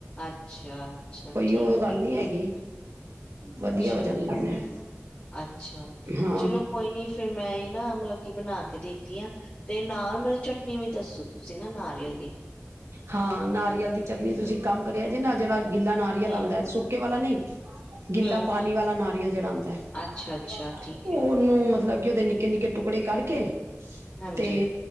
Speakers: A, on the left; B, on the right.
A: ਅੱਛਾ ਅੱਛਾ
B: ਕੋਈ
A: ਠੀਕ
B: ਉਹ ਗੱਲ
A: ਹੈ
B: ਨੀ ਹੈਗੀ। ਵਧੀਆ
A: ਅੱਛਾ
B: ਹੋ ਜਾਂਦੀਆਂ ਨੇ
A: ਅੱਛਾ
B: ਹਾਂ
A: ਚਲੋ ਕੋਈ ਨੀ ਫਿਰ ਮੈਂ ਈ ਨਾ ਮਤਲਬ ਕਿ ਬਣਾ ਕੇ ਦੇਖ <unintelligible> ਤੇ ਨਾਲ ਮੈਨੂੰ ਚਟਨੀ ਵੀ ਦੱਸੋ ਤੁਸੀਂ ਨਾ ਨਾਰੀਅਲ ਦੀ
B: ਹਾਂ ਨਾਰੀਅਲ ਦੀ ਚਟਨੀ ਤੁਸੀਂ ਕੰਮ ਕਰਿਆ ਜੇ ਨਾ ਜਿਹੜਾ ਗਿੱਲਾ ਨਾਰੀਅਲ
A: ਹੂੰ,
B: ਆਂਦਾ ਸੁੱਕੇ ਵਾਲਾ ਨਹੀਂ ਗਿੱਲਾ
A: ਹੂੰ।
B: ਪਾਣੀ ਵਾਲਾ ਨਾਰੀਅਲ ਜਿਹੜਾ ਹੁੰਦਾ <unintelligible>
A: ਅੱਛਾ-ਅੱਛਾ ਠੀਕ
B: ਉਹਨੂੰ
A: ਹੈ,
B: ਮਤਲਬ <unintelligible> ਉਹਦੇ ਨਿੱੱਕੇ ਨਿੱੱਕੇ ਟੁਕੜੇ ਕਰਕੇ
A: ਹਾਂਜੀ
B: ਤੇ